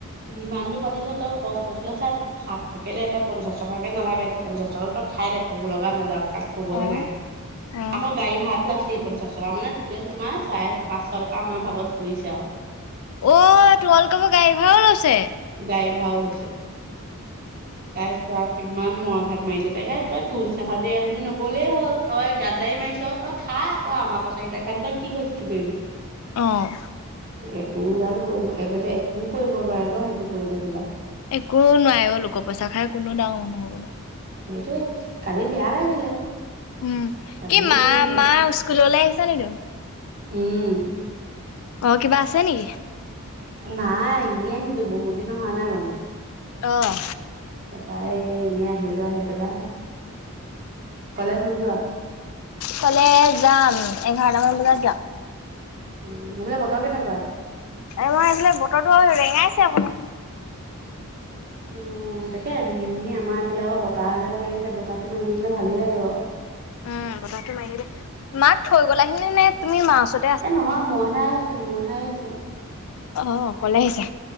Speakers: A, on the right; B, on the left.
A: যিমান দূৰ পাতিছ তই কষ্টতোলে চাই সাতশ কে দে তই পঞ্চাশ টকাকে নালাগে পঞ্চাশ টকাটো তই খাই দে ক'ব লগা নাযাওঁ। তাক ক'বলে
B: অ
A: নাই।
B: অ
A: আকৌ গাড়ী ভড়াটো আছে পঞ্চাচ টকা, মানে টোটেল তোমাৰ চাৰে পাঁচশ টকা আমাৰ ভাগত পৰি চে আও
B: অ' তোমালোক পা গাড়ী ভাড়াও লৈছে?
A: গাড়ী ভাড়াও লৈছে তাৰছত আ কি ইমান মৰ ঘাট মাৰিলে তাকে তই তোৰ চাখাতি এজনী নগ'লেই হ'ল তই গাতদাই মাৰিছ তই খা তই আমাৰ পইচাক কেইটা খাই নো তই কি ঘতিটো কৰিবি?
B: অঁ
A: একোডাল কৰিব এ মানে একো কৰিব নোৱাৰে ন' সেইটো কৰি লৈ পেলাই
B: একো নোৱাই অ' লোক পইচা খাই কোনো ডাঙৰ মানুহ হ'ব নোৱাই
A: সেইটোয়ে কালি বেয়া লাগিলে।
B: উম
A: কালি
B: কি মা
A: মানে
B: মা স্কুললে আহিছা নিকি?
A: উম
B: অঁ কিবা আছে নেকি?
A: নাই এনেই আহিছো বহুত দিন অহা নাই মানে
B: অঁ
A: তাপা এনেই আহিলো আহি পেলাই কলেজ নোযোৱা?
B: কলেজ যাম। এঘাৰটা মান বজাত যাম।
A: উম সেইফালে বতৰ কেনেকুৱা?
B: আমাৰ এইফালে বতৰো ৰেঙাইছে অকমান।
A: উ তাকে মিহি মিহি আমাৰ এইফালে আ বতাহা এজাক মাৰি আছে, বতাহটো মাৰি থাকিলে ভালেই লাগে বাও।
B: উম বতাহটো মাৰি থাকিলে মাক থৈ গলাহি নে তুমি মাৰ ওচৰত
A: এ নহয় মইহে আহিছো মইহে আহিছো
B: অ' অকলে আহিছা